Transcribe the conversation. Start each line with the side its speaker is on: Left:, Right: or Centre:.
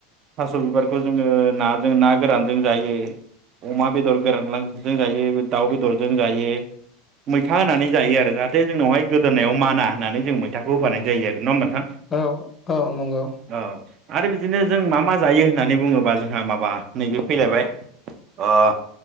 Right: थास'बिबारखौ जोंओ ना- जों ना गोरानजों जायो अमा बेदर गोरानलां जों जायो दाउ बेदरजों जायो मैथा होनानै जायो आरो जाहाथे जोंनावहाय गोदोननायाव माना होननानै जों मैथाखौ होफानाय जायो आरो नङा होमबा नोंथां
Left: औ औ नंगौ
Right: औ आरो बिदिनो जों मा मा जायो होननानै बुङोबा जोंहा मा- बा नैबेयाव फैलायबाय अ